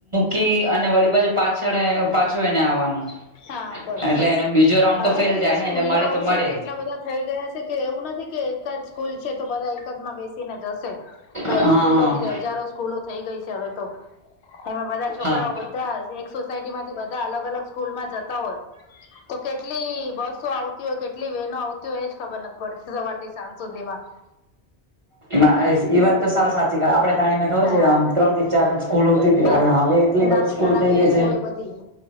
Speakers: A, on the right; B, on the left.
A: કી અને વળી પાછ પાછળ પાછો એને આવવાનું
B: હા બસ
A: એટલે એનો બીજો રાઉન્ડ
B: હવે
A: તો
B: શું
A: જાય
B: છે સ્કૂલ
A: ને એને મળે
B: ના
A: તો
B: ઓપ્શન
A: મળે
B: એટલા બધા થઈ ગયા છે કે એવું નથી કે એકદ સ્કૂલ છે તો બધા એકદ માં બેસીને જશે ભાઈ
A: હા
B: સ્કૂલો બી
A: હા
B: હજારો સ્કૂલો થઈ ગઈ છે હવે તો એમાં બધા છોકરાઓ
A: હા
B: બધા એકસો બ અલગ અલગ સ્કુલમાં જતા હોય તો કેટ બસો આવતી હોય કેટલી વહેનો આવતી હોય એજ ખબર નથી પડતી સવારથી સાંજ સુધી માં
A: ના એ વાત તો સાવ સાચી આપડે તાણી મે ખબર
B: હા
A: છે આમ ત્રણ થી ચાર અં સ્કૂલોતી હતી
B: બસ
A: હવે એટ
B: નામી
A: બધી સ્કલ
B: ગરામી
A: થઈ ગઈ
B: એ
A: છે.
B: જોય બધી